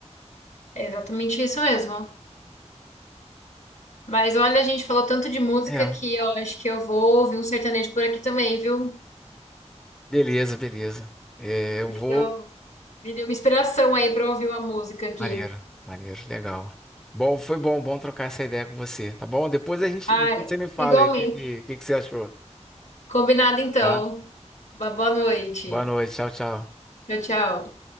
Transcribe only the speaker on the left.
é exatamente isso mesmo. Mas olha, a gente falou tanto de música
que eu acho que eu vou ouvir um sertanejo por aqui também, viu?
Me
deu, me deu uma inspiração aí pra ouvir uma música aqui.
Ai,
igualmente.
Combinado então.
Uma boa noite.
Tchau, tchau.